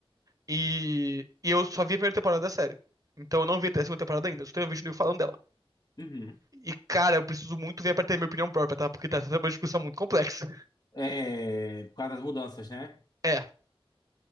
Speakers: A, on the right; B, on the left.
A: E, e eu só vi a primeira temporada da série. Então eu não vi até a segunda temporada ainda, eu só tenho visto o nego falando dela.
B: uhum.
A: E, cara, eu preciso muito ver pra ter minha opinião própria, tá? Porque tá sendo uma discussão muito complexa.
B: É, por causa das mudanças, né?
A: É,